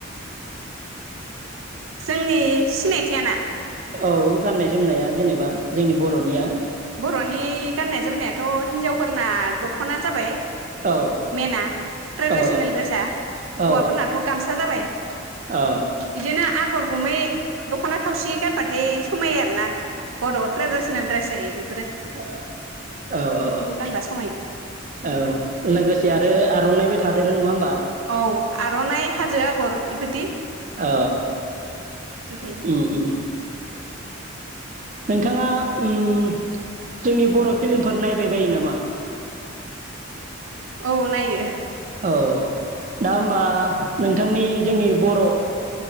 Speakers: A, on the right; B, on the right.
A: जोंनि सिनायथिआ ना <unintelligible>
B: औ गाननाय जोमनाया जेनेबा जोंनि बर'निया
A: बर'नि गाननाय जोमनायाथ' हिनजावफोरना दख'ना जाबाय
B: औ
A: मनाआ ट्रेडिसनेल
B: औ
A: ड्रेसा
B: औ
A: हौवाफोरनाथ' गामसा जाबाय बिदिनो
B: औ
A: आगर गुमै दख'ना थावसि गानबाथाय समायो आरो ना। बर' ट्रेडिस'नेल ड्रेस जायो बेफो
B: औ औ औ
A: गानबा समायो
B: औ लोगोसे आरो आर'नाइ ब थादो नङा होमबा?
A: औ आर'नानाय हाजो आगर इबायदि <unintelligible>
B: अ
A: थायो
B: <unintelligible> नोंथाङा जोंनि बर' फिल्मफोर नायबाय बायो नामा?
A: औ नायो।
B: औ दा होमबा नोंथांनि जोंनि बर'